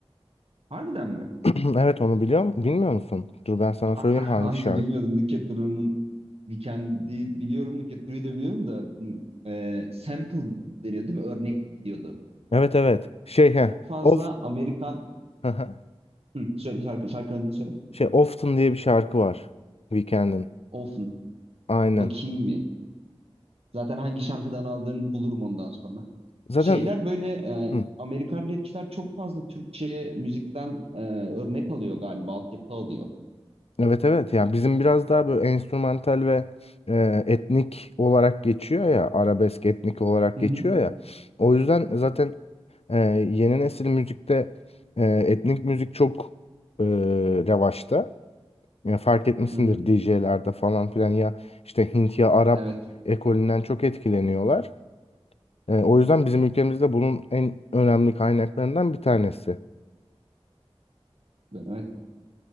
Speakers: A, on the right (about 70°); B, on the left (about 75°).
A: Harbiden mi?
B: <clears throat> Evet onu biliyorum. Bilmiyor musun? Dur ben sana
A: Aa,
B: söyleyeyim
A: <laughs>
B: hangi
A: hayır
B: şarkı.
A: bilmiyordum Nükhet Duru'nun Weekend'i biliyorum, Nükhet Duru'yu da biliyorum da hmm, e, sample deniyor değil mi? Örnek diyordu.
B: Evet evet. Şey he.
A: Çok fazla
B: Of
A: Amerikan...
B: <laughs>
A: Hı, söyle şarkı, şarkının adını söyle.
B: şey Often diye bir şarkı var. Weekend'in.
A: Often.
B: Aynen.
A: Bakayım mı? Zaten hangi şarkıdan aldığını bulurum ondan sonra.
B: Zaten
A: Şeyler böyle e,
B: hı,
A: Amerikan rapçiler çok fazla Türkçe müzikten e, örnek alıyor galiba, altyapı alıyor.
B: evet evet yani bizim biraz daha böyle enstrümantal ve e, etnik olarak geçiyor ya arabesk etnik olarak
A: Hı
B: geçiyor
A: hı,
B: ya o yüzden zaten e, yeni nesil müzikte e, etnik müzik çok e, revaçta Ya fark etmişsindir
A: hı hı.
B: DJ'lerde falan filan ya işte Hint ya Arap
A: Evet,
B: ekolünden çok etkileniyorlar E, o yüzden bizim ülkemizde bunun en önemli kaynaklarından bir tanesi.
A: evet.